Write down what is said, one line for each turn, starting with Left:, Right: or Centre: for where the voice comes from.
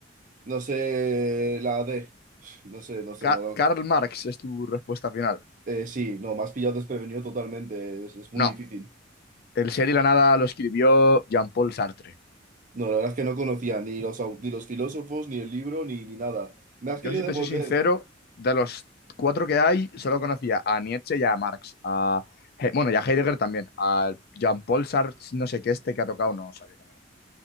Right: No sé la D. No sé, no sé,
Left: Ca-
Right: no, no.
Left: Karl Marx es tu respuesta final.
Right: Eh, sí, no, más pillado desprevenido totalmente, es, es muy
Left: No,
Right: difícil.
Left: el ser y la nada lo escribió Jean-Paul Sartre.
Right: No, la verdad es que no conocía ni los, au- ni los filósofos, ni el libro, ni, ni nada. Me has
Left: Yo,
Right: querido
Left: si
Right: devolver,
Left: te soy sincero, de los cuatro que hay, solo conocía a Nietzsche y a Marx. A He- bueno, y a Heidegger también. A Jean-Paul Sartre, no sé qué, este que ha tocado, no sabía quién era.